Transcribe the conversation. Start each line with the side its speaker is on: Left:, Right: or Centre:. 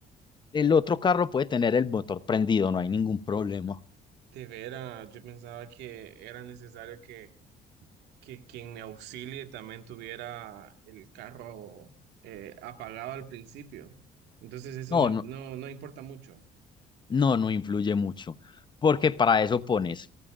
Left: El otro carro puede tener el motor prendido, no hay ningún problema.
Right: De veras, yo pensaba que era necesario que, que quien me auxilie también tuviera el carro eh, apagado al principio. Entonces eso
Left: No,
Right: no,
Left: no,
Right: no, no importa mucho,
Left: no, no influye mucho, porque para eso pones